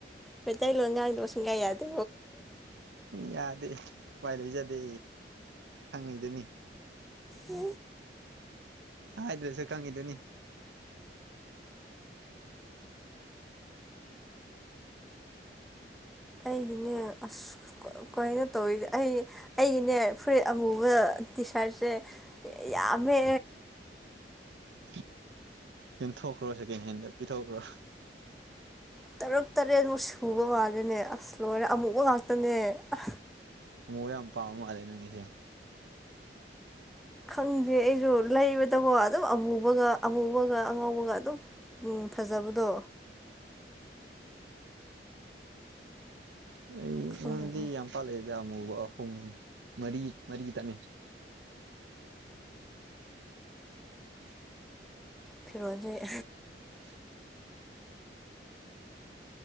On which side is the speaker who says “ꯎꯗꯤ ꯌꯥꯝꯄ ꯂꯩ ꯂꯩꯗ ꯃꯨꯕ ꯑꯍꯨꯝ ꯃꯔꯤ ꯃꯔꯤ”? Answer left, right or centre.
Right